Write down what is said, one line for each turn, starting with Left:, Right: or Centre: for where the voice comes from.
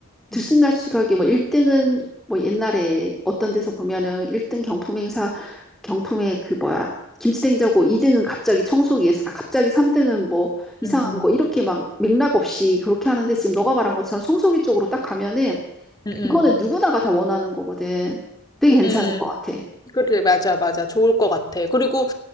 Centre: 들쑥날쑥하게
Left: 응
Centre: 뭐 1등은 뭐 옛날에 어떤 데서 보면은 1등 경품 행사 경품에 그 뭐야 김치냉장고 2등은 갑자기 청소기에서 아, 갑자기 3등은 뭐 이상한
Left: 음, 음,
Centre: 거 이렇게 막 맥락 없이 그렇게 하는데 지금 너가 말한 것처럼 청소기 쪽으로 딱 가면은
Left: 음,
Centre: 이거는 누구나가 다 원하는 거거든. 되게 괜찮을
Left: 음.
Centre: 것
Left: 음.
Centre: 같아.
Left: 그래, 맞아, 맞아. 좋을 것 같아. 그리고